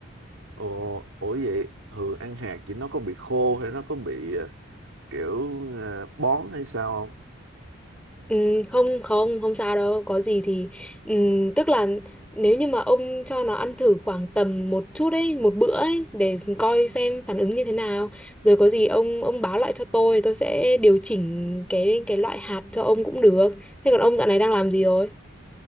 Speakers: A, on the right; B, in the centre.
A: ồ ủa vậy thường ăn hạt thì nó có bị khô hay nó có bị ờ, kiểu ờ, bón hay sao
B: Ừ, không không không sao đâu có gì thì ừ, tức là nếu như mà ông cho nó ăn thử khoảng tầm một chút ấy một bữa ấy để coi xem phản ứng như thế nào rồi có gì ông ông báo lại cho tôi tôi sẽ điều chỉnh cái cái loại hạt cho ông cũng được thế còn ông dạo này đang làm gì rồi